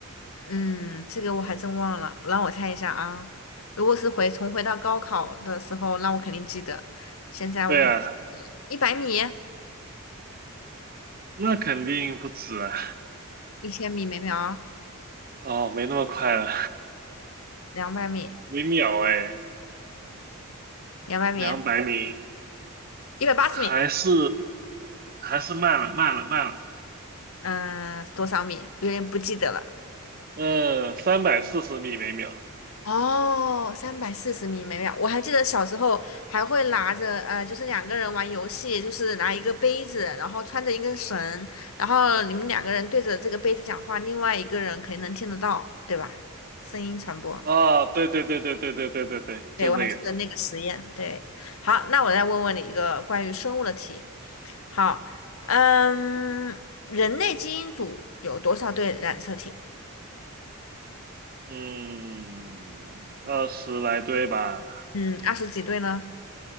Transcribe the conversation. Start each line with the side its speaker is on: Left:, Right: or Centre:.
Left: 嗯，这个我还真忘了，让我猜一下啊。如果是回重回到高考的时候，那我肯定记得。现在我肯
Right: 对啊。
Left: 一百米、
Right: 那肯定不止啊！
Left: 一千米每秒、
Right: 哦，没那么快了，
Left: 两百米、
Right: 每秒哎，
Left: 两百米、
Right: 两百米，
Left: 一百八十米，
Right: 还是还是慢了，慢了，慢了。
Left: 嗯、多少米？我有点不记得了。
Right: 嗯，三百四十米每秒。
Left: 哦，三百四十米每秒，我还记得小时候还会拿着，呃，就是两个人玩游戏，就是拿一个杯子，然后穿着一根绳，然后你们两个人对着这个杯子讲话，另外一个人肯定能听得到，对吧？声音传播，
Right: 哦，对对对对对对对对对，就这个。
Left: 对，我还记得那个实验。对，好，那我再问问你一个关于生物的题。好，嗯，人类基因组有多少对染色体？
Right: 嗯，二十来对吧，
Left: 嗯，二十几对呢？